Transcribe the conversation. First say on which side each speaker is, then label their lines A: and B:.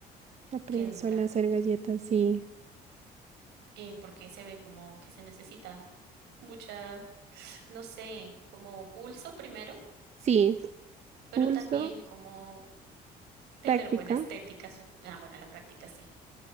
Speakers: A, on the right (about 40°); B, on the right (about 80°).
A: aprendí
B: Qué dura,
A: sola a hacer galletas sí
B: eh, porque se ve como que se necesita mucha, no sé, como pulso primero,
A: sí,
B: pero
A: pulso,
B: también como tener
A: práctica.
B: buena estética, su- ah, bueno, la práctica sí,